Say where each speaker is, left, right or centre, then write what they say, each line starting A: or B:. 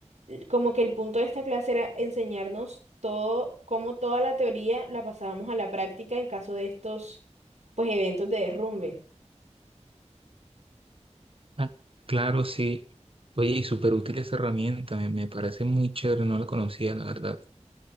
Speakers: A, on the right; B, on the right.
A: l- como que el punto de esta clase era enseñarnos todo, cómo toda la teoría la pasábamos a la práctica en caso de estos, pues, eventos de derrumbe.
B: Ah, Claro, sí. Oye, y súper útil esa herramienta, me, me parece muy chévere, no la conocía, la verdad.